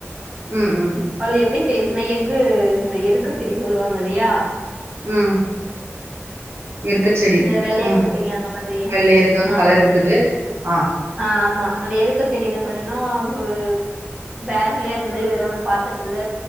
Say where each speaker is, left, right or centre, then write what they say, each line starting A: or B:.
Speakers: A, on the right; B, on the right.
A: உம் உம்
B: அது எப்டி செய்துதுன்னா எஃகு இந்த எருக்க செடி சொல்லுவாங்க இல்லையா
A: உம் எற்கை செடி
B: இந்த வெள்ளை
A: ம்
B: எருக்க செடி அந்த மாதிரி
A: வெள்ளை இருக்கு
B: ஆஹ்
A: கலர் இருக்குது ஆ
B: ஆ ஆமா அந்த எருக்க செடி என்ன பண்ணும்னா ஒரு வேர்ல அந்த மாரி வேனா ஒரு பாத்ரத்துல